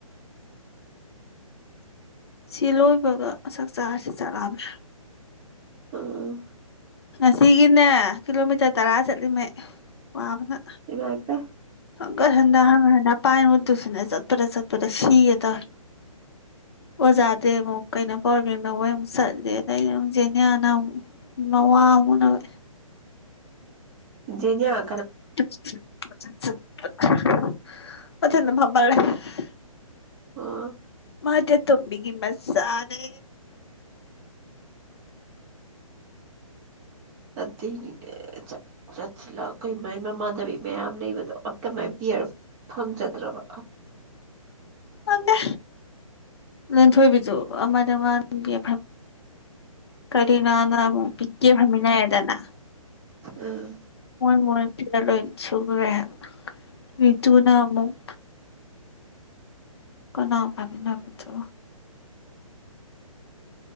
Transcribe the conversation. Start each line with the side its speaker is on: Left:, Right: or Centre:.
Left: ꯁꯤ ꯂꯣꯏꯕꯒ ꯆꯥꯛ ꯆꯥꯔꯁꯤ ꯆꯥꯛꯂꯥꯝꯃꯦ
Right: ꯑꯥ
Left: ꯉꯁꯤꯒꯤꯅꯦ ꯀꯤꯂꯣꯃꯤꯇꯔ ꯇꯔꯥ ꯆꯠꯂꯤꯃꯦ ꯋꯥꯕꯅ
Right: ꯏꯕꯥꯏ ꯄꯥꯏ
Left: ꯍꯪꯒꯠ ꯍꯟꯗ ꯍꯪꯒꯠ ꯍꯟꯗ ꯄꯥꯏꯅ ꯋꯨꯗ ꯇꯨꯏꯁꯟꯗ ꯆꯠꯄꯗ ꯆꯠꯄꯗ ꯁꯤꯌꯦ ꯇꯔꯦ ꯑꯣꯖꯥꯗꯤ ꯑꯃꯨꯛ ꯀꯩꯅꯣ ꯄ꯭ꯔꯣꯕ꯭ꯂꯦꯝ ꯂꯧꯕꯩ ꯑꯃꯨꯛ ꯆꯠꯂꯦ ꯑꯗ ꯑꯩꯅ ꯑꯃꯨꯛ ꯖꯦꯅꯤꯌꯥꯅ ꯑꯃꯨꯛ ꯃꯋꯥ ꯑꯃꯨꯛ ꯎꯅꯕ
Right: ꯖꯦꯅꯌꯥ
Left: <unintelligible> ꯃꯔꯔ
Right: ꯑꯥ
Left: ꯃꯥꯗꯤ ꯑꯇꯣꯝꯕꯤꯒꯤ ꯃꯆꯥꯅꯦ
Right: ꯑꯗꯨꯒꯤꯅꯦ ꯆꯠ ꯆꯠꯁꯤꯂꯥꯎ ꯀꯩ ꯃꯥꯏꯃꯃꯥꯟꯅꯕꯤ ꯃꯌꯥꯝ ꯂꯩꯕꯗꯣ ꯑꯝꯇ ꯃꯥꯏ ꯄꯤꯌꯔ ꯐꯪꯖꯗ꯭ꯔꯕ
Left: ꯈꯪꯗꯦ ꯂꯟꯊꯣꯏꯕꯤꯖꯨ ꯑꯃ ꯟꯗꯒꯤꯗꯤ ꯀꯔꯤꯅꯥꯅꯥ ꯄꯤꯀꯦ ꯐꯝꯃꯤꯅꯥꯔꯦꯗꯅ
Right: ꯎꯝ
Left: ꯃꯣꯏ ꯃꯣꯏ ꯌꯥ ꯂꯣꯏ ꯏꯁꯨꯒ꯭ꯔꯦꯍꯥꯏ ꯔꯤꯇꯨꯅ ꯑꯃꯨꯛ ꯀꯅꯥ ꯄꯃꯤꯅ ꯄꯊꯣ